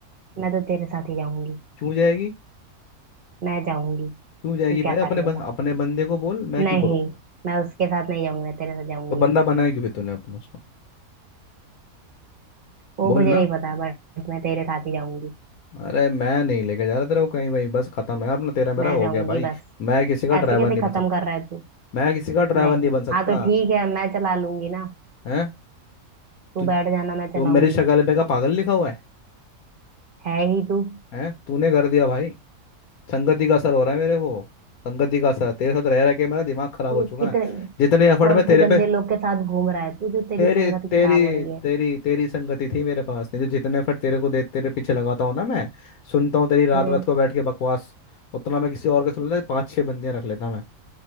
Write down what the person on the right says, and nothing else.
मैं तो तेरे साथ ही जाऊंगी
मैं जाऊंगी
तू
क्या
कर लेगा
नहीं
मैं उसके साथ नहीं जाऊंगी मैं तेरे साथ जाऊंगी
वो
मुझे
नहीं पता बट मैं तेरे साथ ही जाऊंगी
मैं
जाऊंगी
बस
ऐसे कैसे
खत्म
कर रहा है तू
नहीं
हाँ तो ठीक है मैं चला लूंगी ना
तू
बैठ जाना मैं
चलाऊंगी
है ही तू
ये
कितने
कौन
से गंदे
लोग के साथ घूम रहा है तू जो तेरी
संगत ही
खराब हो रही है
हैं